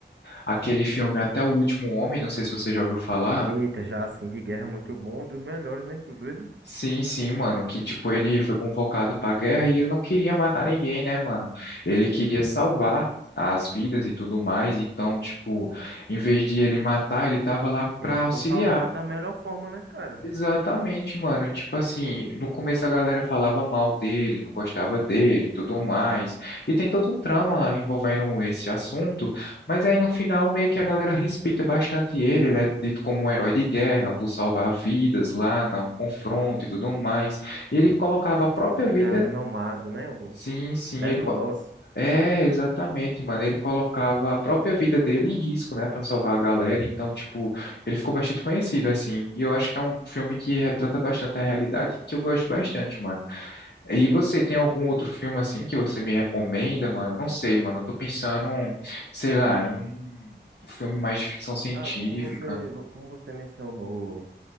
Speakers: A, on the left (about 65°); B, on the right (about 80°).
A: aquele filme Até o Último Homem, não sei se você já ouviu falar.
B: Eita, já assim, de guerra é muito bom, um dos melhores, né? Inclusive,
A: Sim, sim, mano, que tipo ele foi convocado pra guerra e ele não queria matar ninguém, né, mano? Ele queria salvar as vidas e tudo mais, então, tipo, em vez de ele matar, ele tava lá
B: ele
A: pra
B: ficou
A: auxiliar.
B: salvando da melhor forma, né, cara?
A: Exatamente, mano. Tipo assim, no começo a galera falava mal dele, não gostava dele, e tudo mais. E tem todo um trama envolvendo esse assunto, mas aí no final meio que a galera respeita bastante ele, ele é dito como um herói de guerra por salvar vidas lá no confronto e tudo mais. E ele colocava a própria
B: E ele fica
A: vida
B: renomado, né? O
A: Sim, sim,
B: Desmond
A: ele co-
B: Doss.
A: É, exatamente, mano. Ele colocava a própria vida dele em risco, né, Pra salvar a galera. Então, tipo, ele ficou bastante conhecido assim. E eu acho que é um filme que retrata bastante a realidade, que eu gosto bastante, mano. E você tem algum outro filme assim que você me recomenda, mano? Eu Não sei, mano. Eu tô pensando, sei lá, em um filme mais de ficção científica.
B: Cara, como você, como você mencionou